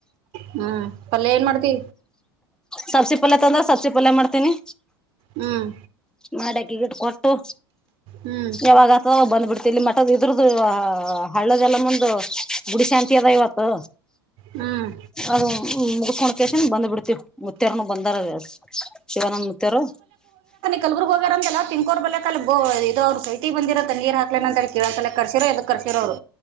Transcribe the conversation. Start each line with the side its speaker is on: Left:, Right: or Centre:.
Right: ಹ್ಮ್ ಪಲ್ಯ ಏನ್ ಮಾಡ್ತಿ
Centre: ಸಬ್ಸಿ ಪಲ್ಯ ತೊಂದ್ರೆ ಸಬ್ಸಿ ಪಲ್ಯ ಮಾಡ್ತೀನಿ
Right: ಹ್ಮ್
Centre: ಮಾಡ್ಯಕಿ ಗಿಟ್ ಕೊಟ್ಟು
Right: ಹ್ಮ್
Centre: ಯಾವಾಗ ಆತ ಬಂದ್ಬಿಡ್ತಿಲ್ಲಿ ಮ ಮದ ಇದ್ರದದು ಹಳ್ಳದಲ್ಲ ಮುಂದ ಗುಡಿ ಶಾಂತಿ ಅದ ಇವತ್ತು
Right: ಹ್ಮ್
Centre: ಅದು ಮುಡ್ಕೋಳಕೇಶನ್ ಬಂದ್ ಬಿಡ್ತೀವಿ ಮುತ್ತಾರ್ನು ಬಂದಾರ ಶಿವಾನಂದ ಮುತ್ತೇರು
Right: ಕಲ್ಬರ್ಗಗ್ ಹೋಗ್ಯಾರ ಅಂತಲ್ಲ ತಿಕೋರ್ ಬಲ ಅ ಇ ಅವರು ಕೈ ಇ ಬಿರ ತ ನೀರ್ ಹಾಕ್ಲೇ ಅಂತ ಹೇಳ ಕೇಳಸ ಕಸರೋದ ಕರ್ಸರ ಅವರು